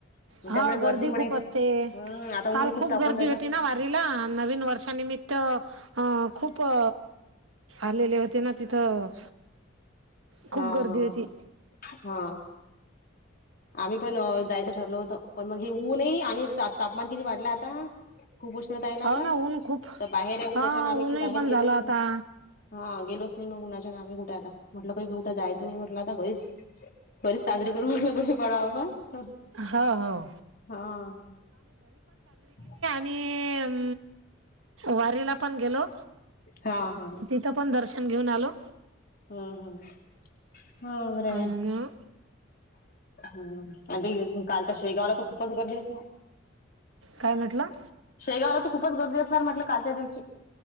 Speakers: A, on the right (about 85°); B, on the left (about 45°).
A: हा
B: त्यामुळे
A: गर्दी
B: गर्दीमुळे
A: खूप असते,
B: हम्म आता
A: काल
B: ऊन
A: खूप
B: तापून
A: गर्दी
B: राहिलं
A: होती ना वारीला नवीन वर्षाानिमित्त तर अ खूप अ आलेले होते ना तिथं खूप
B: हा
A: गर्दी
B: हा
A: होती
B: हा आम्ही पण अ जायचं ठरलो होतं पण मग हे ऊन ई आणि तापमान किती वाढलाय आता. खूप उष्णता आहे ना
A: हो
B: आता,
A: ऊन खूप
B: तर बाहेर या उन्हाच्या
A: हा
B: ना आम्ही काही
A: ऊनही
B: बाहेर
A: पण
B: गेलोच
A: झालं आता
B: नाही. हा गेलोच नाही मग उन्हाच्या नाम कुठे आता म्हटलं का क कुठं जायचं नाही म्हटलं आता घरीच घरी साजरी करू म्हटलं गुढीपाडवा. पाडवा आपण हा
A: हो हो
B: हा <inaudible>
A: नी अम वारीला पण गेलो.
B: हा हा
A: तिथ पण दर्शन घेऊन आलो.
B: हम्म हम्म, हम्म बरे!
A: अन
B: हम आदी काल तर शेगावला तर खूपच गर्दी असेल.
A: काय म्हटलां.
B: शेगावला तर खूपच गर्दी असणार म्हटलं कालच्या दिवशी.